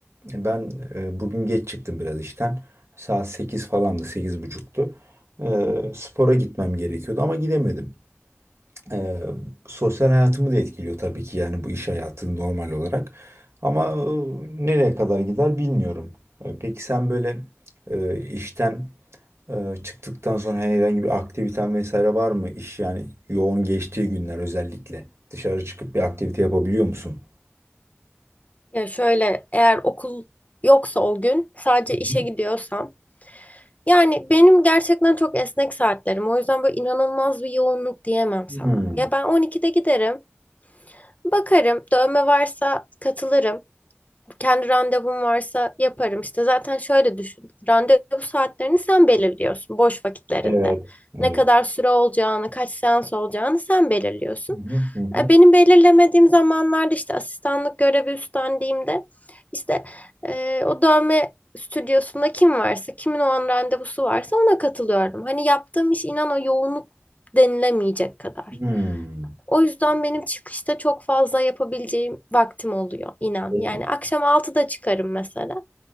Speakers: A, on the right (about 80°); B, on the left (about 35°).
A: Ben e, bugün geç çıktım biraz işten. Saat 8 falandı, 8.30'tu. E, spora gitmem gerekiyordu ama gidemedim. E, sosyal hayatımı da etkiliyor tabii ki yani bu iş hayatı normal olarak. Ama e, nereye kadar gider bilmiyorum. E, peki sen böyle e, işten e, çıktıktan sonra herhangi bir aktiviten vesaire var mı? İş yani yoğun geçtiği günler özellikle. Dışarı çıkıp bir aktivite yapabiliyor musun?
B: Ya şöyle eğer okul yoksa o gün sadece
A: Hı hı.
B: işe gidiyorsam Yani benim gerçekten çok esnek saatlerim. O yüzden böyle inanılmaz bir yoğunluk diyemem sana.
A: Hmm,
B: Ya ben 12'de giderim, bakarım, dövme varsa katılırım kendi randevum varsa yaparım. İşte zaten şöyle düşün. Randevu saatlerini sen belirliyorsun boş vakitlerinde.
A: Evet, evet.
B: Ne kadar süre olacağını, kaç seans olacağını sen belirliyorsun.
A: Hı hı, hı
B: E,
A: hı.
B: Benim belirlemediğim zamanlarda işte asistanlık görevi üstlendiğimde işte e, o dövme stüdyosunda kim varsa, kimin o an randevusu varsa ona katılıyorum. Hani yaptığım iş inan o yoğunluk denilemeyecek kadar.
A: Hmm.
B: O yüzden benim çıkışta çok fazla yapabileceğim vaktim oluyor inan.
A: Senin-
B: Yani akşam 6'da çıkarım mesela.